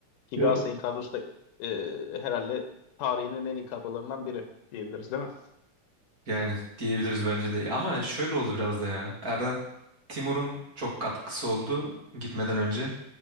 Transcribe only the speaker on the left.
Ki
Galatasaray'ın kadrosu da e, herhalde tarihinin en iyi kadrolarından biri diyebiliriz değil mi?